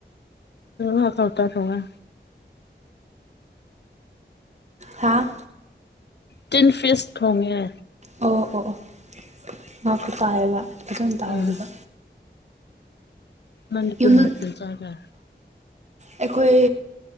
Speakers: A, on the left; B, on the right.
A: ꯍꯥꯧ ꯇ ꯊꯧꯒ
B: ꯍꯥꯥ
A: ꯇꯤꯟ ꯐꯤꯁꯇ ꯍꯣꯡꯒꯦ
B: ꯑꯣ ꯑꯣ ꯑꯣ ꯉꯥꯛꯇꯨ ꯇꯥꯏꯌꯦꯕ ꯐꯖꯅ ꯇꯥꯍꯧꯗꯦꯕ
A: ꯎꯝ ꯃꯅꯤꯄꯨꯔꯅꯁꯤꯜ
B: ꯌꯨꯝꯗ
A: ꯆꯒ
B: ꯑꯩꯈꯣꯏ